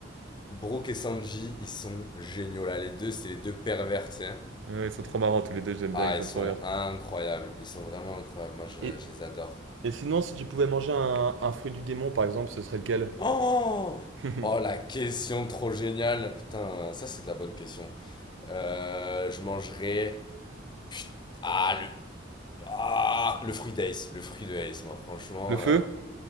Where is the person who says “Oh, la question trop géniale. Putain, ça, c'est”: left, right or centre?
Left